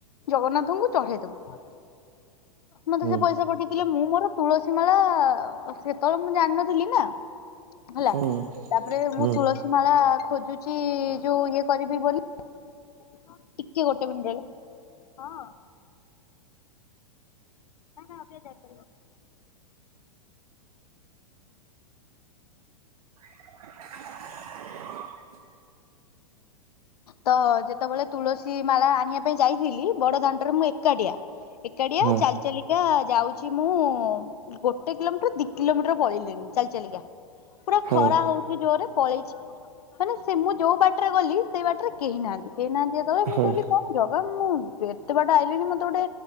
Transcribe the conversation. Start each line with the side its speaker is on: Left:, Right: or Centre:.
Left: ଜଗନ୍ନାଥଙ୍କୁ ଚଢେଇଦବୁ। ମତେ
Right: ହୁଁ
Left: ସେ ପଇସା ପଠେଇଥିଲେ ମୁଁ ମୋରୋ ତୁଳସୀ ମାଳା ସେତୋବୋଳେ ମୁଁ ଜାଣିନଥିଲି ନା ହେଲା
Right: ହୁଁ
Left: ତାପରେ
Right: ହୁଁ
Left: ମୁଁ ତୁଳସୀ ମାଳା ଖୋଜୁଚି। ଯୋଉ ଇଏ କରିବି ବୋଲି ଟିକେ ଗୋଟେ ମିନିଟ ରହିଲ ହଁ। ନା ନା ଆଉ ଟିକେ ଯାଉ
Right: <inaudible>
Left: ତ ଯେତୋବୋଳେ ତୁଳସୀ ମାଳା ଆଣିବା ପାଇଁ ଯାଇଥିଲି ବଡ ଦାଣ୍ଡରେ ମୁଁ ଏକାଟିଆ। ଏକାଟିଆ
Right: ହଁ
Left: ଚାଲ ଚାଲିି ଆ ଯାଉଛି ମୁଁ ଗୋଟେ କିଲୋମିଟର ଦି କିଲୋମିଟର ପଳେଇଲିଣି ଚାଲି ଚାଲିକା। ପୁରା
Right: ହଁ
Left: ଖରା ହୋଉଚି ଜୋରେ ପଳେଇଚି। ମାନେ ସେ ମୁଁ ଯୋଉ ବାଟେରେ ଗଲି ସେଇ ବା ଟେରେ କେହି ନାହାନ୍ତି କେହି ନାହାନ୍ତି ଯେତୋବୋଳେ ମୁଁ
Right: ହଁ
Left: କହିଲି କଣ ଜଗା ମୁଁ ଦେ ଏତେ ବାଟ ଆଇଲିଣି ମତେ ଗୋଟେ